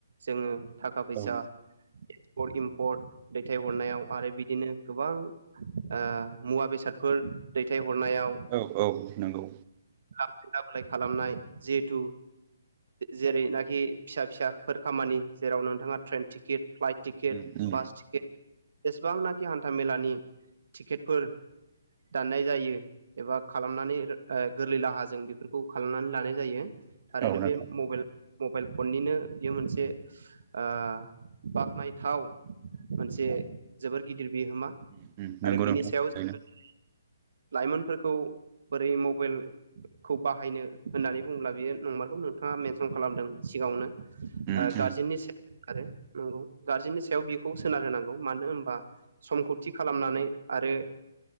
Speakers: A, on the right; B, on the right.
A: जोङो थाखा फैसा
B: औ
A: पर्ट इमपर्ट दैथायहरनायाव आरो बिदिनो गोबां ओ मुवा बेसाद बेसादफोर दैथायहरनायाव
B: औ औ नोंगौ
A: <unintelligible> खालामनाय जिहेथु जेरैनाखि फिसा फिसाफोर खामानि जेराव नोंथाङा ट्रेन टिकिट फ्लाइट टि टिके
B: उम उम
A: बास टिकिट जेसेबांनाखि हान्थामेलानि टिकिटफोर दाननाय जायो एबा खालामनानै ओ गोरलै लाहाजों बेफोरखौ खालामनानै लानाय जायो थारैनो
B: औ नोंथां
A: बे मबेल मबाइल फननिनो बियो मोनसे आ बाख्नायथाव मोनसे जोबोर गिदिर बिहोमा आरो
B: उम नंगौ
A: बिनि
B: नोंथां
A: सायाव
B: थारैनो
A: <unintelligible> लाइमोनफोरखौ बोरै मबेल खौ बाहायनो होननानै बुङोब्ला बेयो नंमारखौ नोंथाङा मेनसन खालामदों सिगाङावनो
B: उम
A: आ गार्जेननि
B: उम
A: सायाव आरो नंगौ गार्जेननि सायाव बेखौ सोनारहोनांगौ मानो होनबा समखौ थि खालामनानै आरो